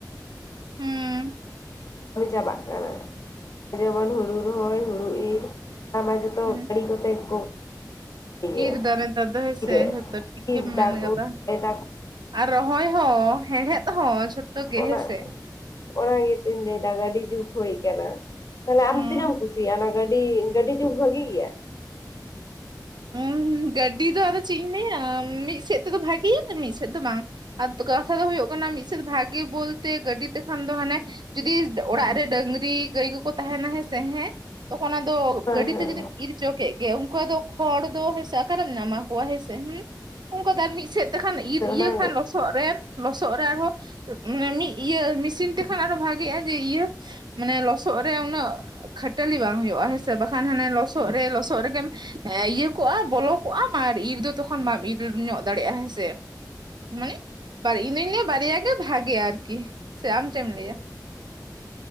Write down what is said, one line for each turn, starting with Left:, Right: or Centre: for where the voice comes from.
Right: ᱦᱩᱸ
Left: ᱪᱟᱵᱟᱜ ᱠᱟᱱᱟ ᱡᱮᱢᱚᱱ ᱦᱩᱲᱩ ᱨᱚᱦᱚᱭ ᱦᱩᱲᱩ ᱤᱨ ᱟᱭᱢᱟ ᱡᱚᱛᱚ
Right: ᱦᱩᱸ
Left: ᱜᱟᱹᱲᱤ ᱠᱚᱛᱮᱜᱮ ᱠᱚ ᱤᱭᱟᱹ
Right: ᱤᱨ ᱫᱟ ᱱᱮᱛᱟᱨ ᱫᱚ ᱦᱮᱸᱥᱮ
Left: ᱛᱤᱨᱮ
Right: ᱡᱷᱚᱛᱚ ᱴᱷᱤᱠ
Left: ᱤᱨ
Right: ᱜᱮᱢ ᱢᱮᱱ
Left: ᱫᱟᱠᱚ
Right: ᱠᱟᱫᱟ
Left: ᱨᱚᱦᱚᱭ ᱫᱟᱠᱚ
Right: ᱟᱨ ᱨᱚᱦᱚᱭ ᱦᱚᱸ ᱦᱮᱲᱦᱮᱫ ᱦᱚᱸ ᱡᱷᱚᱛᱚ ᱜᱮ
Left: ᱚᱱᱟ
Right: ᱦᱮᱸᱥᱮ
Left: ᱚᱱᱟ ᱜᱮᱛᱚᱧ ᱞᱟᱹᱭᱮᱫᱟ ᱜᱟᱹᱰᱤ ᱡᱩᱜ ᱦᱩᱭ ᱠᱟᱱᱟ ᱛᱟᱞᱦᱮ ᱟᱢ
Right: ᱦᱩᱸ
Left: ᱛᱤᱱᱟᱹᱜ ᱮᱢ ᱠᱩᱥᱤᱭᱟᱜᱼᱟ ᱚᱱᱟ ᱜᱟᱹᱰᱤ? ᱜᱟᱹᱰᱤ ᱡᱩᱜᱽ ᱵᱷᱟᱹᱜᱤ ᱜᱮᱭᱟ᱾
Right: ᱦᱩᱸ ᱜᱟᱹᱰᱤ ᱫᱚ ᱟᱫᱚ ᱪᱮᱜ ᱤᱧ ᱞᱟᱹᱭᱟ ᱢᱤᱫ ᱥᱮᱫ ᱛᱮᱫᱚ ᱵᱷᱟᱜᱮᱭᱟ ᱢᱤᱫ ᱥᱮᱫ ᱫᱚ ᱵᱟᱝ ᱾ ᱟᱫᱚ ᱠᱟᱛᱷᱟ ᱫᱚ ᱦᱳᱭᱳᱜ ᱠᱟᱱᱟ ᱢᱤᱫ ᱥᱮᱫ ᱵᱷᱟᱜᱮ ᱵᱚᱞᱛᱮ ᱜᱟᱹᱰᱤ ᱛᱮᱠᱷᱟᱱ ᱫᱚ ᱦᱟᱱᱮ ᱡᱩᱫᱤ ᱚᱲᱟᱜ ᱨᱮ ᱰᱟᱹᱝᱨᱤ ᱜᱟᱹᱭ ᱠᱚᱠᱚ ᱛᱟᱦᱮᱱᱟ ᱦᱮᱸ ᱥᱮ ᱦᱮᱸ ᱾ ᱛᱚᱠᱷᱚᱱ ᱟᱫᱚ
Left: ᱦᱳᱭ
Right: ᱜᱟᱹᱰᱤ
Left: ᱦᱳᱭ
Right: ᱛᱮ ᱡᱩᱫᱤᱢ ᱤᱨ ᱪᱚ ᱠᱮᱜ ᱜᱮ ᱩᱱᱠᱩ ᱟᱫᱚ ᱦᱚᱲ ᱫᱚ ᱦᱮᱸᱥᱮ ᱟᱠᱟᱨᱮᱢ ᱧᱟᱢᱟ ᱠᱚᱣᱟ ᱦᱮᱸᱥᱮ ᱦᱮᱸ ᱩᱝᱠᱚ ᱫᱚ ᱟᱨ ᱢᱤᱫ ᱥᱮᱫ ᱛᱮᱠᱷᱟᱱ ᱤᱨ
Left: ᱚᱱᱟ
Right: ᱤᱭᱟᱹ ᱠᱷᱟᱱ ᱞᱚᱥ ᱞᱚᱥᱚᱜ ᱨᱮᱢ ᱞᱚᱥᱚᱜ ᱨᱮ ᱟᱨᱦᱚᱸ ᱢᱟᱱᱮ ᱢᱤᱜ ᱤᱭᱟᱹ ᱢᱤᱥᱤᱱ ᱛᱮᱠᱷᱟᱱ ᱟᱨᱦᱚᱸ ᱵᱷᱟᱜᱮᱜᱼᱟ ᱡᱮ ᱤᱭᱟᱹ ᱢᱟᱱᱮ ᱞᱚᱥᱚᱜ ᱨᱮ ᱩᱱᱟᱹᱜ ᱠᱷᱟᱹᱴᱟᱹᱞᱤ ᱵᱟᱝ ᱦᱩᱭᱩᱜᱼᱟ ᱦᱮᱸᱥᱮ ᱵᱟᱠᱷᱟᱱ ᱦᱟᱱᱮ ᱞᱚᱥᱚᱜ ᱨᱮ ᱞᱚᱥᱚᱜ ᱨᱮᱜᱮᱢ ᱤᱭᱟᱹ ᱠᱚᱜᱼᱟ ᱵᱚᱞᱚ ᱠᱚᱜᱼᱟᱢ ᱟᱨ ᱤᱨ ᱫᱚ ᱛᱚᱠᱷᱚᱱ ᱵᱟᱢ ᱤᱨ ᱧᱚᱜ ᱫᱟᱲᱮᱭᱟᱜᱼᱟ ᱦᱮᱸᱥᱮ᱾ ᱢᱟᱱᱮ ᱵᱟᱨ ᱤᱧᱫᱩᱧ ᱞᱟᱹᱭᱟ ᱵᱟᱨᱭᱟ ᱜᱮ ᱵᱷᱟᱜᱮᱭᱟ ᱟᱨᱠᱤ ᱥᱮ ᱟᱢ ᱪᱮᱜ ᱮᱢ ᱞᱟᱹᱭᱟ᱾